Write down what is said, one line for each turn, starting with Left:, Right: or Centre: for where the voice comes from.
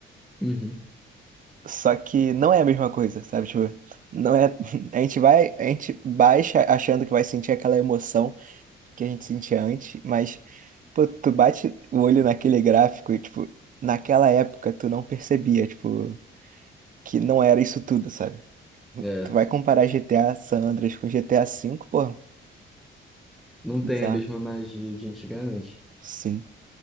Centre: Uhum.
Right: Só que não é a mesma coisa, sabe? Tipo, não é. <laughs> A gente vai, a gente baixa achando que vai sentir aquela emoção que a gente sentia antes, mas, pô, tu bate o olho naquele gráfico e, tipo, naquela época tu não percebia, tipo, que não era isso tudo, sabe?
Centre: É,
Right: Tu vai comparar GTA San Andreas com GTA V, pô,
Centre: não
Right: bizarro.
Centre: tem a mesma magia de antigamente,
Right: Sim.